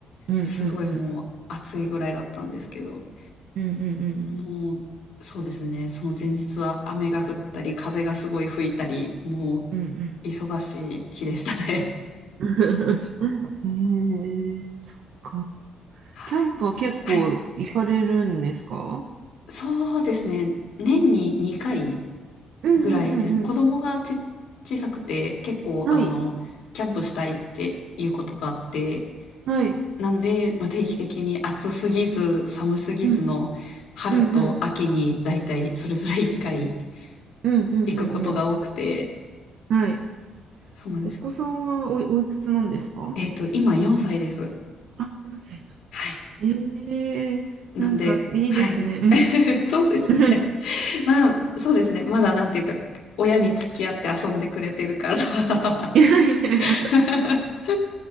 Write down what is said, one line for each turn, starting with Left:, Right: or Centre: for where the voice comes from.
Right: うんうんうん。
Left: すごいもう暑いぐらいだったんですけど、
Right: うんうん
Left: もう、そうですね。その前日は雨が降ったり、風がすごい吹いたり、も
Right: うんうん。<laughs> うん
Left: う、忙しい日でしたね。
Right: うん。<laughs> えー、そっか。
Left: <laughs> はい。
Right: キャンプは結構行かれるんですか
Left: はい。そうですね。年に2回
Right: うんうんうんうん。
Left: ぐらいですね。子供がち、小さくて、結構、
Right: はい、
Left: あの、キャンプしたいっていうことがあって、
Right: はい、
Left: なんで、まあ、定期的に暑すぎず寒すぎずの春と秋にだいたいそれぞれ1回
Right: うん、うんうんうんうんうん
Left: 行くことが多くて、
Right: うん。はい。
Left: そうなんです。
Right: お子さんはおい、おいくつなんですか
Left: えっと、今4歳です。
Right: あ、4歳か。
Left: はい。
Right: えー、
Left: なんで、
Right: なんかいいですね。
Left: はい。
Right: うん。
Left: <laughs> そうですね。
Right: <laughs>
Left: まあ、そうですね。まだなんていうか、親に付き合って遊んでくれてるから
Right: いやいやいや。
Left: <laughs>